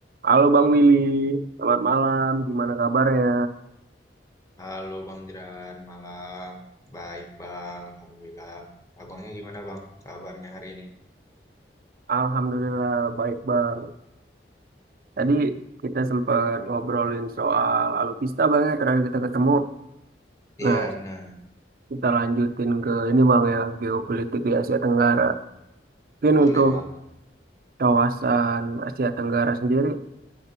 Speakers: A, on the right; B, on the left.
A: Halo Bang Willy, selamat malam. Gimana kabarnya?
B: Halo Bang Jeran, malam. Baik Bang, Alhamdulillah. Abangnya gimana Bang? Kabarnya hari ini?
A: Alhamdulillah baik Bang. Tadi kita sempat ngobrolin soal alutsista Bang ya, terakhir kita ketemu.
B: Iya
A: Nah,
B: benar,
A: kita lanjutin ke ini Bang ya, geopolitik di Asia Tenggara. Mungkin
B: boleh
A: untuk
B: banget.
A: kawasan Asia Tenggara sendiri,